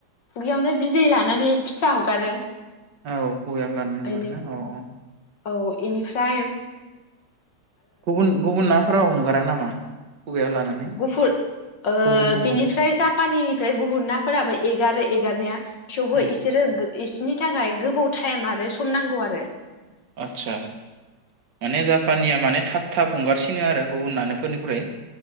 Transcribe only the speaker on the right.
औ।
<unintelligible>
गुबुन गुबुन ना फोराव हंगारा नामा खुगायाव लानानै
गुबुन गुबुना
औ
आदसा, माने जापाननिया माने थाब थाब हंगारसिनो आरो गुबुन नानोफोरनिख्रुइ?